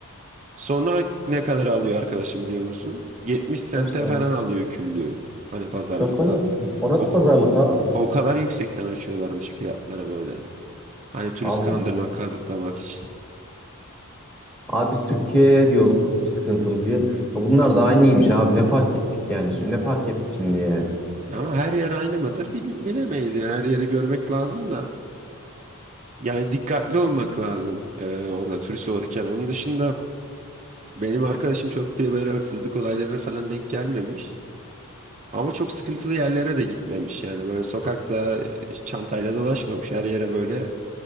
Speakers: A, on the right; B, in the centre.
A: Sonra ne kadar alıyor arkadaşım biliyor musun? 70 sente
B: Şaka,
A: falan alıyor küllüğü. Hani pazarlıkla.
B: şaka yapıyorum. O nasıl
A: O
B: pazarlık abi?
A: O kadar yüksekten açıyorlarmış fiyatlara böyle. Hani turist
B: Abi
A: kandırmak, kazıklamak için.
B: Abi biz Türkiye'ye diyorduk sıkıntılı diye. Ya bunlar da aynıymış abi. Ne fark ettik yani şimdi? Ne fark etti şimdi yani?
A: Ama her yer aynı mıdır Bil- bilemeyiz yani her yeri görmek lazım da. Yani dikkatli olmak lazım e, orada turist olurken. Onun dışında benim arkadaşım çok bir böyle hırsızlık olaylarına falan denk gelmemiş. Ama çok sıkıntılı yerlere de gitmemiş yani böyle sokakta e, çantayla dolaşmamış her yere böyle